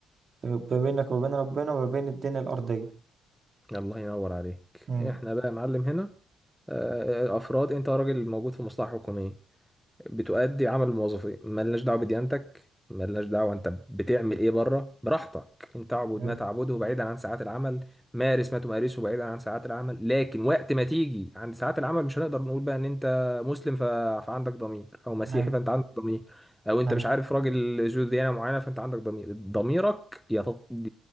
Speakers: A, on the right; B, in the centre.
A: ما بينك وبين ربنا وما بين الدنيا الأرضية
B: الله ينور عليك
A: امم
B: احنا بقى يا معلم هنا آه، افراد انت راجل موجود في مصلحه حكوميه بتؤدي عمل الموظفين ملناش دعوه بديانتك ملناش دعوه انت بتعمل ايه بره براحتك انت اعبد
A: حلو.
B: ما تعبده بعيدا عن ساعات العمل مارس ما تمارسه بعيدا عن ساعات العمل لكن وقت ما تيجي عند ساعات العمل مش هنقدر نقول بقى ان انت مسلم ف- فعندك ضمير او مسيحي
A: هاي
B: فانت عندك ضمير او انت
A: هاي
B: مش عارف راجل ذو ديانه معينه فانت عندك ضمير ضميرك يتط... ب...